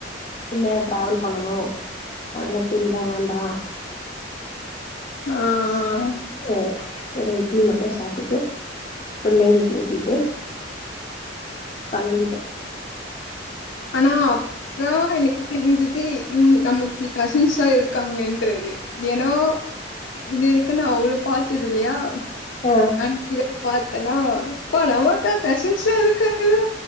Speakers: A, on the left; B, on the left.
A: இல்ல டிராவல் பண்ணனும் அதனால பூரில்லாம் வேண்டாம்
B: ஆஹ்
A: ஓ வெறும் இட்லி மட்டும் சாப்பிட்டுட்டு பிள்ளங்களுக்கு ஊட்டிட்டு கெளம்பிட்டேன்
B: ஆனாக்கு தெரிஞ்சுது இவங்க நமக்கு கசின்ஸ் எலாம் இருக்காங்கன்றது ஏன்னா இது வரைக்கும் நான் அவ்ளவு பாத்தது இல்லயா
A: ஆ
B: அங்கதல் <unintelligible> பாத்தேன்னா இப்பா நம்மக்கா கசின்ஸ் எல்லாம் இருக்காங்களோ